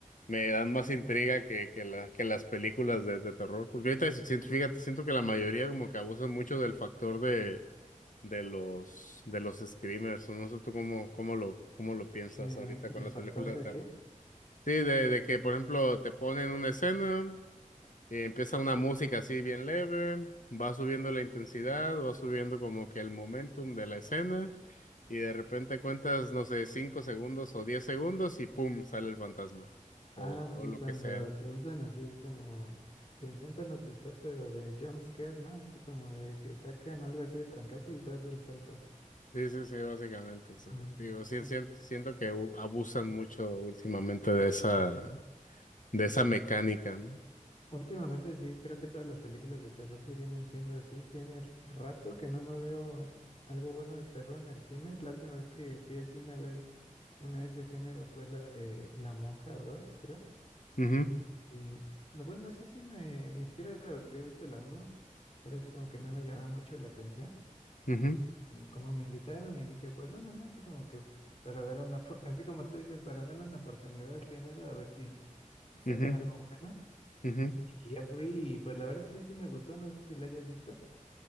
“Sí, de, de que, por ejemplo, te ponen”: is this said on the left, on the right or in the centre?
Left